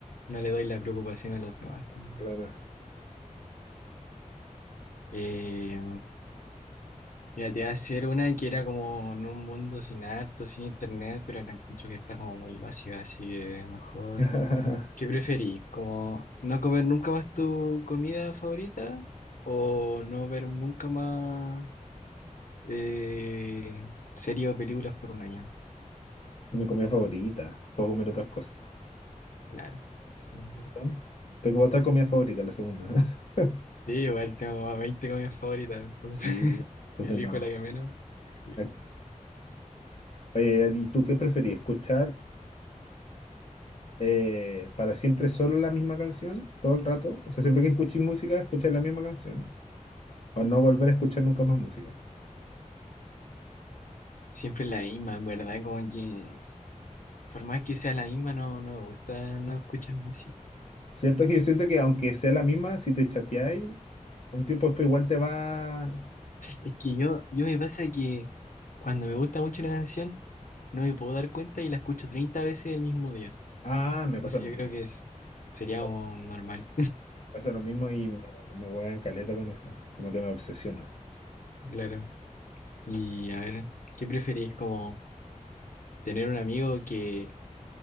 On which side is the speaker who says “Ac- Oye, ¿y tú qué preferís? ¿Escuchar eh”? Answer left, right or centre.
Left